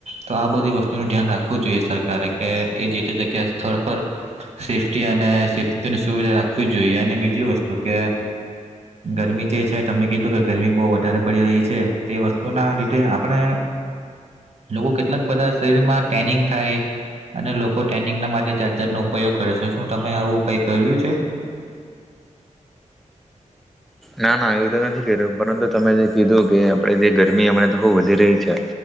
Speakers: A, on the right; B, in the centre.
A: તો આ બધી વસ્તુનું ધ્યાન રાખવું જોઈએ સરકારે કે એ જે તે જગ્યા સ્થળ પર સેફ્ટી અને સેફ્ટીની સુવિધા રાખવી જ જોઈએ અને બીજી વસ્તુ કે ગરમી જે છે તમે કીધું કે ગરમી બહુ વધારે પડી રહી છે તે વસ્તુ તો ના લીધે આપણે લોકો કેટલાક બધા શરીરમાં ટ્રેનિંગ થાય અને લોકો ટ્રેનિંગ ના માટે ચાર્જરનોો ઉપયોગ કરે છે શું તમે આવું કઈ કર્યું છે
B: ના ના આવું તો નથી કર્યું પરંતુ તમે જે કીધું કે આપણે જે ગરમી હમણાં તો ખૂબ વધી રહી છે